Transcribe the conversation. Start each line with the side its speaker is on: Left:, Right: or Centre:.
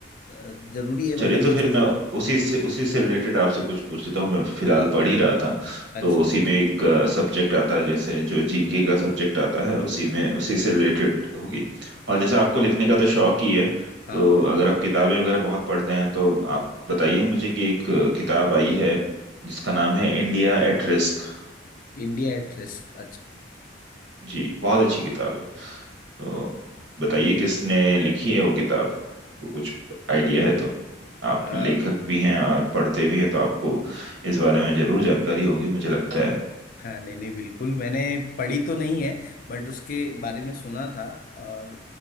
Left: अ, जरूरी है मतलब
Right: चलिए तो
Left: ये
Right: फिर
Left: चीजें
Right: मैं
Left: तो
Right: उसी से उसी से रिलेटेड आपसे कुछ पूछ लेता हूँ मैं फिलहाल पढ़ ही रहा था
Left: अच्छा
Right: तो उसी
Left: अच्छा
Right: में एक सब्जेक्ट आता है जैसे जो जीके का सब्जेक्ट आता है उसी में उसी से रिलेटेड होगी
Left: हाँ
Right: और जैसे
Left: बिल्कुल
Right: आपको लिखने का तो शौक ही है
Left: हाँ
Right: तो अगर आप किताबें वगैरह बहुत पढ़ते हैं तो आप बताइए मुझे कि एक अ, किताब आई है जिसका नाम है इंडिया एट रिस्क
Left: India at risk
Right: जी बहुत अच्छी किताब है तो बताइए किसने लिखी है वो किताब को कुछ आइडिया है तो आप
Left: अच्छा
Right: लेखक भी हैं और पढ़ते भी हैं तो आपको इस बारे में जरूर जानकारी होगी मुझे लगता है
Left: हाँ नहीं नहीं बिल्कुल मैंने पढ़ी तो नहीं है बट उसके बारे में सुना था और